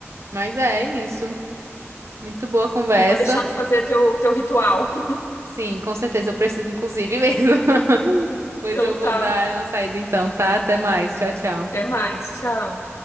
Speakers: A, on the right; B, on the left.
A: Mas é isso. Muito boa conversa.
B: Mas vou deixar tu fazer teu, teu ritual. <laughs>
A: Sim, com certeza eu preciso, inclusive <laughs> mesmo. Pois
B: Então
A: eu
B: tá.
A: vou dar uma saída então, tá? Até mais. Tchau, tchau.
B: Até mais. Tchau.